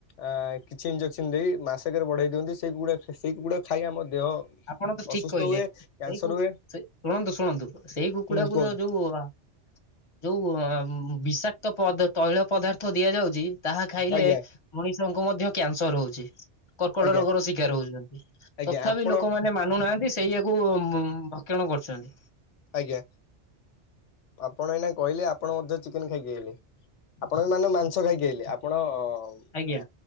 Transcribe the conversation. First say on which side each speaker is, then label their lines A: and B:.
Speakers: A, on the left (about 80°); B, on the left (about 30°).
A: ଆ କିଛି ଇଞ୍ଜେକ୍ସନ ଦେଇ ମାସେକରେ ବଢେଇ ଦିଅନ୍ତି ସେଇ କୁକୁଡ଼ା ସେଇ କୁକୁଡ଼ା ଖାଇ ଆମ ଦେହ
B: ଆପଣ ତ ଠିକ
A: ଅସୁସ୍ଥ
B: କହିଲେ
A: ହୁଏ କ୍ୟାନସର
B: ସେଇ କୋଉ
A: ହୁଏ
B: ସେ ଶୁଣନ୍ତୁ ଶୁଣନ୍ତୁ ସେଇ କୁକୁଡାକୁ
A: ହୁଁ କୁହନ୍ତୁ
B: ତ ଯୋଉ ଆ ଯୋଉ ବିଷାକ୍ତ ପଦାତୈଳ ପଦାର୍ଥ ଦିଆଯାଉଛି ତାହା ଖାଇଲେ
A: ଆଜ୍ଞା
B: ମଣିଷଙ୍କୁ ମଧ୍ୟ କ୍ୟାନସର ହଉଛି କର୍କଟ
A: ଆଜ୍ଞା
B: ରୋଗର ଶିକାର ହଉଛନ୍ତି
A: ଆଜ୍ଞା
B: ତଥାପି
A: ଆପଣ
B: ଲୋକ ମାନେ ମାନୁନାହାନ୍ତି ସେଇୟାକୁ ଭକ୍ଷଣ କରୁଛନ୍ତି।
A: ଆଜ୍ଞା ଆପଣ ଏଇନା କହିଲେ ଆପଣ ମଧ୍ୟ ଚିକେନ ଖାଇକି ଆଇଲେ। ଆପଣ ବି ମାନେ ମାଂସ ଖାଇକି ଆଇଲେ ଆପଣ
B: ଆଜ୍ଞା।
A: ଆ